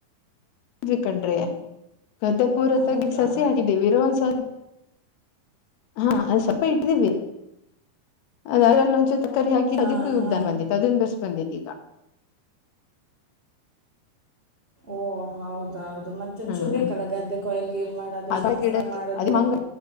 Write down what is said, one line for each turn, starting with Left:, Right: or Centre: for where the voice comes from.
Left: ವಿ ಕಣ್ರೀ ಗದ್ದೆ ಪುರದಗ್
Right: ಹೌದಾ
Left: ಸಸಿ ಹಾಕಿದ್ದೇವಿರೋ ಒಂದ್ಸಲ ಹಾ ಅದ್ ಸ್ವಪ ಇಟ್ಟಿದೀವಿ ಅದರ್ಲ್ಲೊಂಚು ತಕ್ಕರಿ ಹಾಕಿ
Right: ಹಾಂ
Left: ಅದುಕು ಯುಗ್
Right: ಹಾಂ
Left: ದಾನ್ ಬಂದಿತ್ ಅದುನ್ ಬೆರ್ಸ್ ಬಂದಿದ್ ಇಗ.
Right: ಓಹ ಹೌದೌದ್ ದು ಮತ್ತಂಚೂರ್
Left: ಹ್ಮ್
Right: ಬೇಕಲ್ಲ ಗದ್ದೆ ಕೊಯ್ಲ್ ಗೀಯ್ಲ್ ಮಾಡೋದು
Left: ಅದ
Right: ಶಾಸ್ತ್ರ
Left: ಗಿಡ ಇತ್ತು
Right: ಮಾಡೋದು.
Left: ಅದ ಮಂಗ